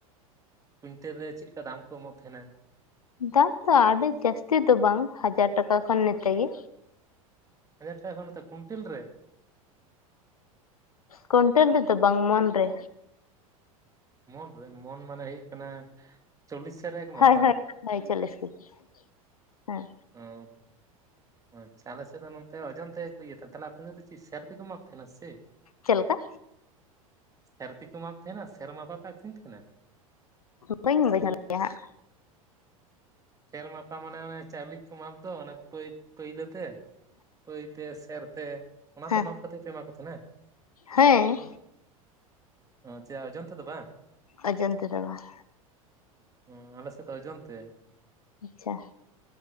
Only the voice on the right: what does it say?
ᱠᱩᱭᱱᱛᱮᱞ ᱨᱮ ᱪᱮᱫ ᱞᱮᱠᱟ ᱫᱟᱢ ᱠᱚ ᱮᱢᱚᱜ ᱛᱟᱦᱮᱱᱼᱟ
ᱦᱟᱡᱟᱨ ᱴᱟᱠᱟ ᱠᱷᱚᱱ ᱱᱚᱛᱮ ᱠᱩᱱᱴᱮᱞ ᱨᱮ
ᱢᱚᱱ ᱨᱮ ᱢᱚᱱ ᱢᱟᱱᱮ ᱦᱩᱭᱩᱜ ᱠᱟᱱᱟ ᱪᱚᱞᱞᱤᱥ ᱥᱚ ᱨᱮ ᱮᱠ ᱢᱚᱱ
ᱵᱟᱝ
ᱦᱮᱸ ᱟᱪᱪᱷᱟ ᱟᱞᱮ ᱥᱮᱫ ᱫᱚ ᱱᱚᱛᱮ ᱳᱡᱚᱱ ᱛᱮᱜ ᱜᱮ ᱠᱚ ᱤᱭᱟᱹ ᱛᱟᱦᱮᱱᱼᱟ ᱛᱟᱦᱞᱮ ᱟᱯᱮ ᱢᱟ ᱪᱮᱫ ᱥᱟᱹᱨ ᱛᱮᱠᱚ ᱢᱟᱯ ᱛᱟᱦᱮᱱᱼᱟ ᱥᱮ?
ᱥᱮᱨ ᱛᱮ ᱠᱚ ᱢᱟᱯ ᱛᱟᱦᱮᱱᱟ ᱥᱮᱨ ᱢᱟᱯᱮ ᱟᱠᱷᱨᱤᱧ ᱛᱟᱦᱮᱱᱼᱟ
ᱯᱷᱮᱨ ᱢᱟᱯᱷᱟ ᱢᱟᱱᱮ ᱚᱱᱮ ᱪᱟᱣᱞᱮ ᱠᱚ ᱢᱟᱯ ᱫᱚ ᱚᱱᱮ ᱯᱟᱹᱭ ᱯᱟᱹᱭᱞᱟᱹ ᱛᱮ ᱯᱟᱹᱭ ᱛᱮ ᱥᱮᱨ ᱛᱮ ᱚᱱᱟᱛᱮ
ᱮᱯᱛᱮᱫ ᱯᱮ ᱮᱢᱟ ᱠᱚ ᱛᱟᱦᱮᱸᱱᱟ᱾
ᱚ ᱪᱮᱫ ᱚᱱᱚᱱ ᱛᱮ ᱫᱚ ᱵᱟᱝ
ᱦᱩᱸ ᱟᱞ ᱥᱮᱛ ᱚᱡᱚᱱ ᱛᱮ᱾